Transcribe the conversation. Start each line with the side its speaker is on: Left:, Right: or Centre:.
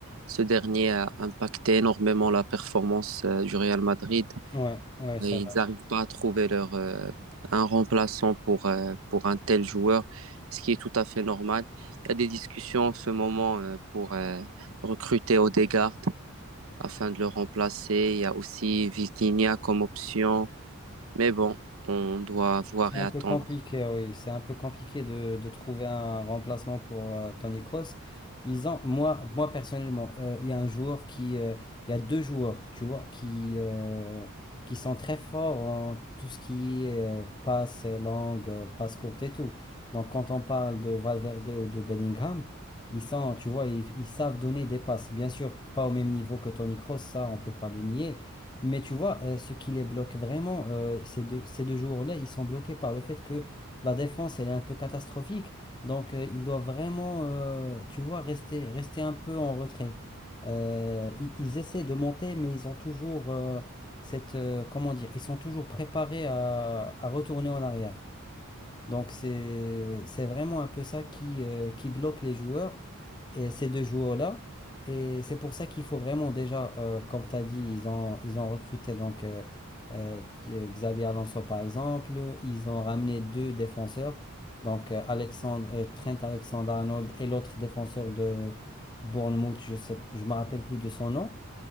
Right: Ce dernier a impacté énormément la performance euh, du Real Madrid.
Left: ouais, ouais, c'est
Right: Et ils n'arrivent pas à trouver leur, euh, un remplaçant pour, euh, pour un tel joueur, ce qui est tout à fait normal. Il y a des discussions en ce moment euh, pour euh, recruter Odegaard afin de le remplacer. Il y a aussi Vitinha comme option. Mais bon, on doit voir
Left: C'est un
Right: et attendre.
Left: peu compliqué, oui. C'est un peu compliqué de, de trouver un remplacement pour euh, Tony Kroos. Ils ont, moi, moi personnellement, euh, il y a un joueur qui, euh, il y a deux joueurs, tu vois, qui, euh, qui sont très forts en tout ce qui est euh, passe longue, euh, passe courte et tout. Donc, quand on parle de Valverde ou de Bellingham, ils sont, tu vois, ils, ils savent donner des passes. Bien sûr, pas au même niveau que Tony Kroos, ça, on peut pas le nier. Mais tu vois, euh, ce qui les bloque vraiment, euh, ces deux, ces deux jours-là, ils sont bloqués par le fait que la défense, elle est un peu catastrophique. Donc, euh, ils doivent vraiment, euh, tu vois, rester, rester un peu en retrait. Euh, ils, ils essaient de monter, mais ils ont toujours euh, cette, euh, comment dire, ils sont toujours préparés à, à retourner en arrière. Donc, c'est, c'est vraiment un peu ça qui, euh, qui bloque les joueurs, et ces deux joueurs-là. Et c'est pour ça qu'il faut vraiment déjà, euh, comme tu as dit, ils ont, ils ont recruté donc, euh, euh, t- euh, Xabi Alonso, par exemple. Ils ont ramené deux défenseurs, donc euh, Alexandre, euh, Trent Alexander-Arnold et l'autre défenseur de Bournemouth, je sais, je me rappelle plus de son nom.